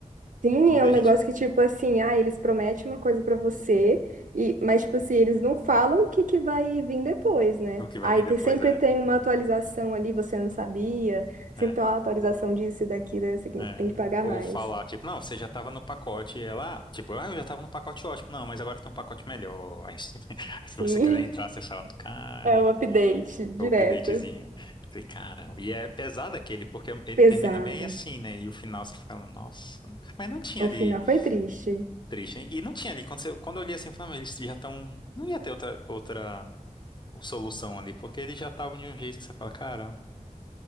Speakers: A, on the right (about 75°); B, on the left (about 35°).
A: Sim,
B: Tudo
A: é
B: a
A: um
B: gente...
A: negócio que, tipo assim, ah, eles prometem uma coisa pra você, e, mas, tipo assim, eles não falam o que que vai vir depois, né?
B: O que vai
A: Aí
B: vir
A: tem,
B: depois
A: sempre
B: é...
A: tem uma atualização ali, você não sabia, sempre
B: É,
A: tem uma atualização disso e daquilo, aí você tem
B: é.
A: tem que pagar
B: Ou
A: mais.
B: falar, tipo, não, você já tava no pacote. E ela, ah, tipo, ah, eu já tava no pacote ótimo. Não, mas agora tem um pacote melhor. <laughs> Se
A: Sim,
B: você quiser entrar, você fala, cara...
A: <laughs> é um update direto.
B: O updatezinho. Falei, caramba. E é pesado aquele, porque ele
A: Pesado.
B: termina bem assim, né? E o final você fala, nossa. Mas não tinha
A: O
B: ali
A: final foi triste.
B: triste, hein? E não tinha ali. Quando, você- quando eu li assim, eu falei, "Ah, mas eles já estão. Não ia ter outra, outra solução ali, porque eles já estavam de um jeito que você fala, caramba,